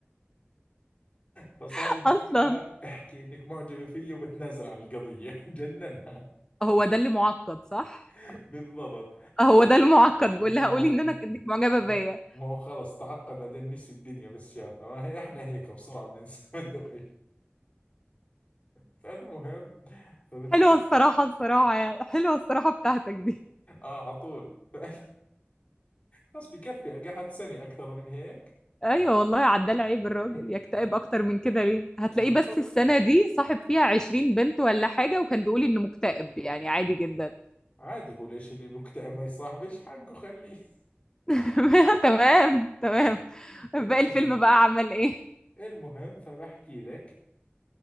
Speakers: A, on the left (about 30°); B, on the left (about 15°).
A: فصار
B: <laughs>
A: يحكي
B: أصلا
A: لها احكي انك معجبة فيي وبتنازل عن القضية <laughs> جننها
B: هو ده اللي معقد صح
A: <laughs> بالضبط
B: هو ده المعقد بقول
A: ما
B: لها قولي
A: هو
B: إن أنا إنك معجبة
A: لا
B: بيا
A: ما هو خلص تعقد بعدين نسي الدنيا بس شافها ما هي احنا هيك بسرعة بننسى <laughs> ما ندقش فالمهم فبتبلش
B: حلوة الصراحة الصراحة يعني حلوة الصراحة بتاعتك دي
A: اه على طول ف- <laughs> خلص بكفي قعدت سنة أكثر من هيك
B: ايوه والله عدال عيب الراجل
A: <laughs>
B: يكتئب اكتر من كده ليه هتلاقيه
A: بالضبط
B: بس السنه دي صاحب فيها 20 بنت ولا حاجه وكان بيقول انه مكتئب يعني عادي جدا
A: عادي هو ليش اللي مكتئب ما يصاحبش حقه خليه
B: <laughs> تمام تمام
A: <laughs>
B: باقي
A: المهم
B: الفيلم بقى عمل ايه
A: المهم فبحكي لك